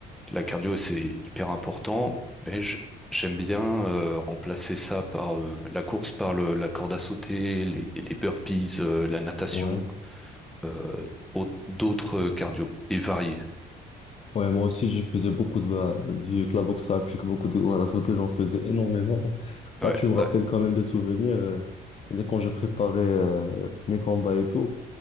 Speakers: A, in the centre; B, on the left.
A: la cardio c'est hyper important, mais j- j'aime bien euh, remplacer ça par euh, la course, par le- la corde à sauter, les, les burpees, euh, la natation,
B: Ouais.
A: euh, au- d'autres cardio et variés.
B: Ouais, moi aussi, je faisais beaucoup de... bah, vu que la boxe, ça implique beaucoup de à sauter, j'en faisais énormément. <laughs>
A: Ouais,
B: Là, tu me rappelles
A: ouais,
B: quand même des souvenirs. euh, C'est-à-dire quand je préparais euh, mes combats et tout,